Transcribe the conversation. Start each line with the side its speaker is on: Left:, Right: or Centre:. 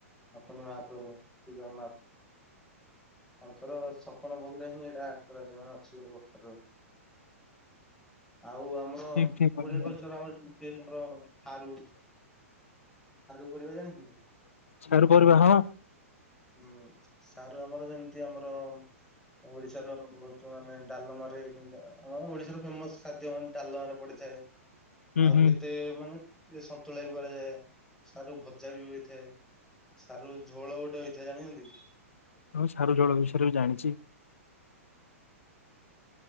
Centre: ବସିଚନ୍ତି ମହାପ୍ରଭୁ ଶ୍ରୀ ଜଗନ୍ନାଥ। ତାଙ୍କର ଛପନ ଭୋଗରେ ହିଁ ଏଇଟା କରାଯାଏ ମାନେ ଅଛି ଗୋଟେ କଖାରୁର। ଆଉ ଆମର
Left: ଠିକ ଠିକ କହିଲ
Centre: ଓଡିଆ
Left: ଭାଇ।
Centre: କଲଚର ଆମର ସେ ଆମର ସାରୁ ସାରୁ ପରିବା ଜାଣିଛନ୍ତି?
Left: ଶାରୁ ପରିବା ହଁ।
Centre: ହୁଁ ସାରୁ ଆମର ଯେମିତି ଆମର ଓଡିଶାର ବୋହୁତ ମାନେ ଡାଲମାରେ ଆମ ଓଡିଶାର ଫେମସ ଖାଦ୍ୟ ମାନେ ଡାଲମାରେ ପଡିଥାଏ।
Left: ହୁଁ
Centre: ଆହୁରି
Left: ହୁଁ
Centre: କେତେ ମାନେ ସନ୍ତୁଳା ବି କରାଯାଏ ସାରୁ ଭଜା ବି ହୋଇଥାଏ। ସାରୁ ଝୋଳ ଗୋଟେ ହୋଇଥାଏ ଜାଣିଛନ୍ତି କି?
Left: ହଁ ସାରୁ ଜଳ ବିଷୟରେ ବି ଜାଣିଛି।